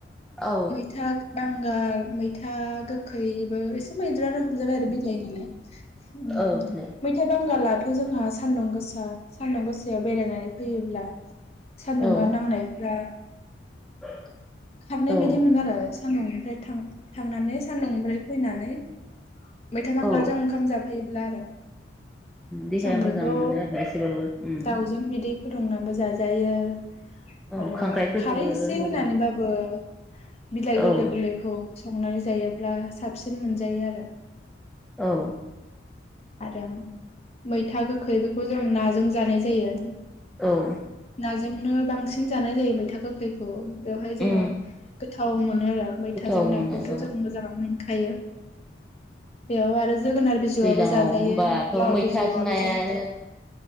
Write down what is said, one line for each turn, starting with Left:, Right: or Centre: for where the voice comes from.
Centre: औ
Left: मैथा बांगाल मैथा गोखैबो एसे मैद्रानो हमजाबाय आरो बिलाइ नालाय उम
Centre: औ बिलाइ
Left: मैथा बांगालाथ दाथ' जोंहा सान्दुं गोसा सान्दुं गोसायाव बेरायनानै फैयोब्ला सान्दुंङा
Centre: औ
Left: नांनायफ्रा
Centre: <inaudible>
Left: खारनाय
Centre: औ
Left: बायदि मोनो आरो इसे सानदुं निफ्राय थां-थांनानै सानदुं निफ्राय फैनानै मैथा बांगालजों
Centre: औ
Left: ओंखाम जाफैब्ला आरो
Centre: देहाया
Left: जोंबिखौ
Centre: मोजां मोनो आरोना एसेबाबो उम
Left: दावजों बिदै फुदुंनाबो जाजायो
Centre: औ
Left: आरो
Centre: खांख्राइफोरजोंबो
Left: खारै एसे
Centre: मोजां
Left: होनानैबा औ बिलाय
Centre: औ
Left: गोरलै गोरलैखौ । संनानै जायोब्ला साबसिन मोनजायो आरो
Centre: औ
Left: आरो मैथा गोखै बेखौ जों नाजों जानाय जायो।
Centre: औ
Left: नाजोंनो बांसिन। बांसिन जानाय जायो मैथा गोखैखौ बेवहाय जोङो
Centre: उम
Left: गोथा औ। मोनो आरो मैथा
Centre: गोथाव
Left: जों नाखौथ'
Centre: मोनो औ
Left: जों मोजाङानो मोनखायो बेयाव आरो जोगोनार बिजौआबो
Centre: दैलाङाव
Left: जाजायो
Centre: होनबाथ'
Left: लाव
Centre: मैथाजों
Left: बिजौआबो
Centre: नायानो
Left: जाजायो